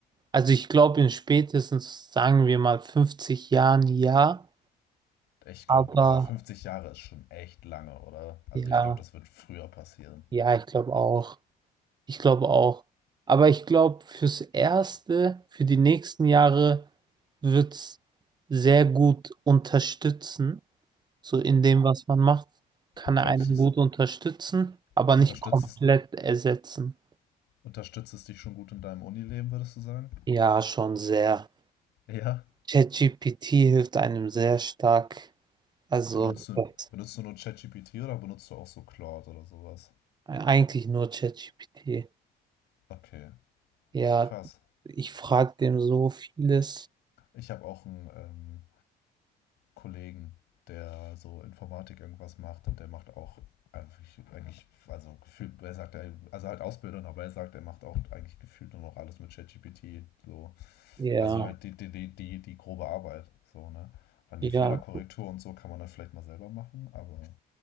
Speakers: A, on the right; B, on the left.
A: Also ich glaube in spätestens, sagen wir mal, 50 Jahren ja,
B: Ich
A: aber
B: glaube, aber 50 Jahre ist schon echt lange, oder? Also
A: ja,
B: ich glaube, das wird früher passieren.
A: ja, ich glaube auch. Ich glaube auch. Aber ich glaube, fürs Erste, für die nächsten Jahre wird es sehr gut unterstützen. So in dem, was man macht, kann
B: Glaubst
A: er einen
B: du es,
A: gut unterstützen, aber
B: unterstützt
A: nicht komplett
B: es
A: ersetzen.
B: Unterstützt es dich schon gut in deinem Unileben, würdest du sagen?
A: Ja, schon sehr.
B: Ja.
A: ChatGPT hilft einem sehr stark. Also
B: Benutzt du,
A: das,
B: benutzt du nur ChatGPT oder benutzt du auch so Claude oder sowas?
A: eigentlich nur ChatGPT.
B: Okay,
A: Ja,
B: krass.
A: ich frage dem so vieles.
B: Ich habe auch einen ähm, Kollegen, der so Informatik irgendwas macht und der macht auch eigentlich, eigentlich also gefühlt, er sagt, er- also halt Ausbildung, aber er sagt, er macht auch eigentlich gefühlt nur noch alles mit ChatGPT. So.
A: Ja,
B: Also halt die, die, die, die, die grobe Arbeit. So, ne? Dann
A: ja,
B: die Fehlerkorrektur und so kann man dann vielleicht mal selber machen, aber